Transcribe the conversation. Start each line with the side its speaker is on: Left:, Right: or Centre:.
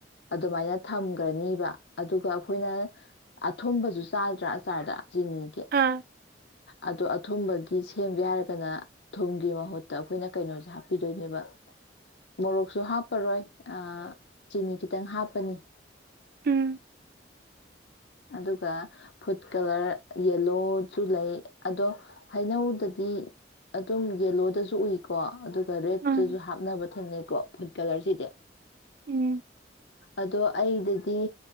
Left: ꯑꯗꯨꯃꯥꯏꯅ ꯊꯝꯒ꯭ꯔꯅꯤꯕ ꯑꯗꯨꯒ ꯑꯩꯈꯣꯏꯅ ꯑꯊꯨꯝꯕꯖꯨ ꯆꯥꯗ꯭ꯔꯥ ꯑꯆꯥꯔꯗ ꯆꯤꯅꯤꯒꯤ
Right: ꯑꯥ
Left: ꯑꯗꯣ ꯑꯊꯨꯝꯕꯒꯤ ꯁꯦꯝꯒꯦ ꯍꯥꯏꯔꯒꯅ ꯊꯨꯝꯒꯤ ꯃꯍꯨꯠꯇ ꯑꯩꯈꯣꯏꯅ ꯀꯩꯅꯣꯁꯦ ꯍꯥꯞꯄꯤꯗꯣꯏꯅꯦꯕ ꯃꯣꯔꯣꯛꯁꯨ ꯍꯥꯞꯄꯔꯣꯏ ꯑ ꯆꯤꯅꯤ ꯈꯤꯇꯪ ꯍꯥꯞꯄꯅꯤ
Right: ꯎꯝ
Left: ꯑꯗꯨꯒ ꯐꯨꯗ ꯀꯂꯔ ꯌꯦꯜꯂꯣꯁꯨ ꯂꯩ ꯑꯗꯣ ꯍꯩꯅꯧꯗꯗꯤ ꯑꯗꯨꯝ ꯌꯦꯜꯂꯣꯗꯁꯨ ꯎꯏꯀꯣ ꯔꯦꯠꯇꯁꯨ
Right: ꯎꯝ
Left: ꯍꯥꯞꯅꯕ ꯊꯦꯡꯅꯩ ꯀꯣ ꯐꯨꯗ ꯀꯂꯔꯁꯤꯗꯤ
Right: ꯎꯝ
Left: ꯑꯗꯣ ꯑꯩꯗꯗꯤ